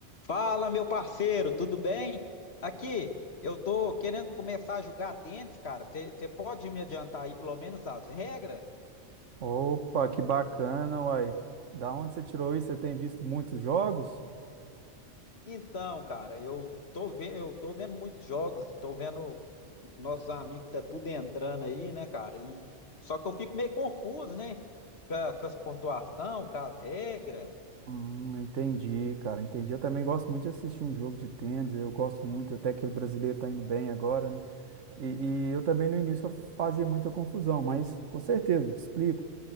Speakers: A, on the left (about 60°); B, on the right (about 80°).
A: Fala, meu parceiro, tudo bem? Aqui, eu tô querendo começar a jogar tênis, cara. Você pode me adiantar aí pelo menos as regras?
B: Opa, que bacana, uai. Da onde você tirou isso? Você tem visto muitos jogos?
A: Então, cara, eu tô vendo, eu tô vendo muitos jogos, tô vendo nossos amigos tá tudo entrando aí, né, cara? E só que eu fico meio confuso, né, com, a- com as pontuação, com as regras.
B: Hum, entendi, cara, entendi. Eu também gosto muito de assistir um jogo de tênis, eu gosto muito, até que o brasileiro tá indo bem agora, né? E, e eu também no início eu fazia muita confusão, mas com certeza, te explico.